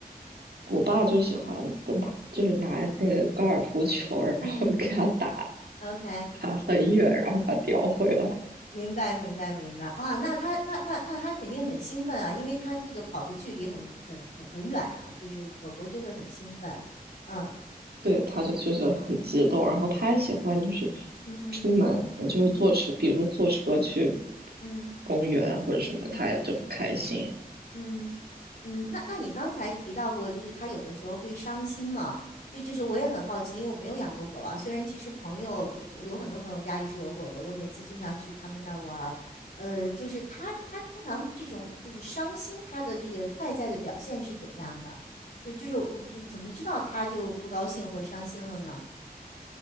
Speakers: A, on the right; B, on the left.
A: 我爸就喜欢跟他，就是拿那个高尔夫球，然后给他打，
B: 嗯嗯嗯。OK，
A: 打很远，然后把它叼回来。
B: 明白明白明白啊，那他那那那他肯定很兴奋啊，因为他这个跑的距离很很很很远啊，就是狗狗就会很兴奋。嗯，
A: 对，他就确实很激动，然后他也喜欢就是
B: 嗯嗯
A: 出门，就是坐车，
B: 嗯嗯
A: 比如说坐车去
B: 嗯
A: 公园或者什么，
B: 嗯嗯嗯嗯嗯
A: 他也就很开心。
B: 嗯嗯，那那你刚才提到过，就是它有的时候会伤心嘛？就就是我也很好奇，因为我没有养过狗啊。虽然其实朋友有有很多朋友家里是有狗的，我每次经常去他们那儿玩儿，呃，就是它它通常这种就是伤心，它的这个外在的表现是怎样的？就就是我我怎么知道它就不高兴或伤心了呢？